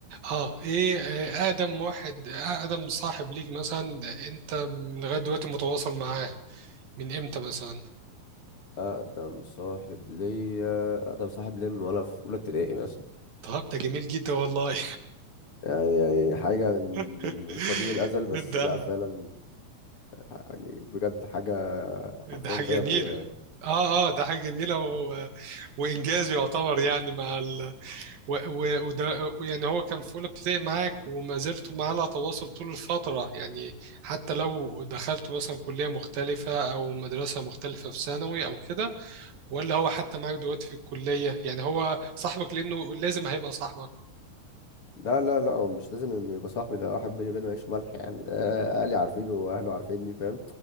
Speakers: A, on the right (about 70°); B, on the left (about 40°).
A: اه ايه آه، اقدم واحد آه، اقدم صاحب ليك مثلا ده انت من لغايه دلوقتي متواصل معاه من امتى مثلا
B: اقدم صاحب ليا اقدم صاحب ليا من وانا في اولى ابتدائي مثلا
A: طب ده جميل جدا والله
B: يعني يعني حاجة من
A: <laughs>
B: من قديم الأزل بس
A: ده
B: لا فعلا آه، يعني بجد حاجة
A: ده
B: حرفيا
A: حاجه
B: زي
A: جميله
B: أخويا يعني
A: اه اه ده حاجه جميله و... وانجاز يعتبر يعني مع ال... و... و... وده يعني هو كان في اولى ابتدائي معاك وما زلتوا معاه على تواصل طول الفتره يعني حتى لو دخلتوا مثلا كليه مختلفه او مدرسه مختلفه في ثانوي او كده ولا هو حتى معاك دلوقتي في الكلية يعني هو صاحبك لأنه لازم هيبقى صاحبك
B: لا لا لا هو مش لازم إن يبقى صاحبي ده واحد بيني وبينه عيش ملح يعني ده أهلي عارفينه وأهله عارفيني فاهم